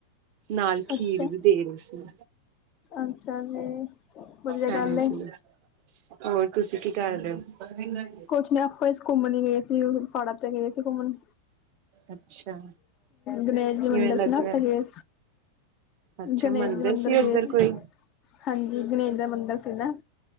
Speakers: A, on the right (about 40°); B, on the left (about 35°).
A: ਨਾਲ ਖੀਰ
B: ਅੱਛਾ
A: ਵੀ ਦੇ ਰਹੇ ਸੀ।
B: ਅੱਛਾ ਜੀ, ਵਧੀਆ
A: ਹਾਂਜੀ।
B: ਗੱਲ ਏ।
A: ਹੋਰ ਤੁਸੀਂ ਕੀ ਕਰ ਰਹੇ ਓ?
B: ਕੁਛ ਨੀ ਆਪਾ ਘੁੰਮਣ ਹੀ ਗਏ ਸੀ ਪਹਾੜਾਂ ਤੇ ਗਏ ਸੀ ਘੁੰਮਣ।
A: ਅੱਛਾ
B: ਗਨੇਸ਼ ਮੰਦਿਰ
A: ਕਿਵੇਂ ਲੱਗਿਆ।
B: ਸੀ ਨਾ ਓਥੇ ਗ‌ਏ।
A: ਅੱਛਾ
B: ਗਣੇਸ਼ ਜੀ ਮੰਦਿਰ ਗਏ
A: ਉੱਧਰ
B: ਸੀ
A: ਕੋਈ
B: ਹਾਂਜੀ ਗਣੇਸ਼ ਦਾ ਮੰਦਿਰ ਸੀ ਨਾ।